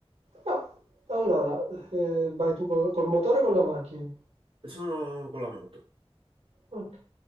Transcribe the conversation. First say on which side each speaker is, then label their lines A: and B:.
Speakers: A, on the right (about 80°); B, on the right (about 60°).
A: No, allora, eh, vai tu col, col motore o con la macchina?
B: Sono con la moto.
A: Ok.